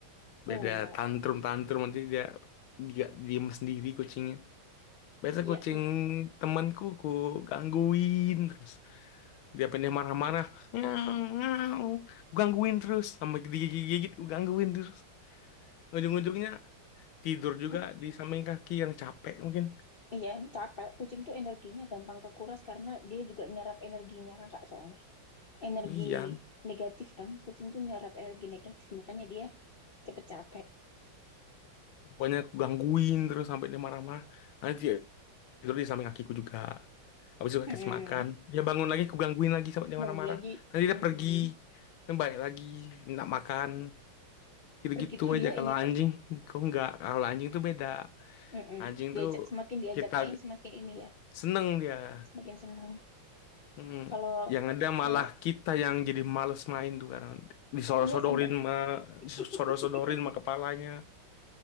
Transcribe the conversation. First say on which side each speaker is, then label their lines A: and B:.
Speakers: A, on the left; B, on the left.
A: enggak.
B: Beda tantrum tantrum nanti dia dia diem sendiri kucingnya. Biasa
A: Ya,
B: kucing temanku ku gangguin terus. Dia pengen marah-marah. Nyau, nyau. Gangguin terus. Sampai digigit-gigit, gangguin terus. Ujung-ujungnya tidur juga
A: <laughs>
B: di samping kaki yang capek mungkin.
A: Iya, emang capek. Kucing tuh energinya gampang kekuras karena dia juga nyerap energinya kakak soalnya. Energi
B: Iya,
A: negatif kan. Kucing tuh nyerap energi negatif, makanya dia cepet capek.
B: pokoknya aku gangguin terus sampai dia marah-marah. Nanti dia tidur di samping kakiku juga. Habis itu aku
A: Mm-mm.
B: kasih makan. Dia bangun lagi, aku gangguin lagi sampai dia
A: Bangun
B: marah-marah.
A: lagi.
B: Nanti dia
A: Mm-mm.
B: pergi. Dan balik lagi, minta makan. Gitu-gitu
A: Begitu
B: aja
A: dia
B: kalau
A: ini tuh.
B: anjing. Kok enggak? Kalau anjing tuh beda.
A: Mm-mm.
B: Anjing
A: Diajak,
B: tuh
A: semakin diajak
B: kita
A: main, semakin ini ya.
B: seneng dia.
A: Semakin senang.
B: Mm,
A: Kalau,
B: Yang ada
A: kalau,
B: malah kita yang jadi males main tuh karena disodor-sodorin
A: iya sampai.
B: mah disodor-sodorin
A: <laughs>
B: mah kepalanya.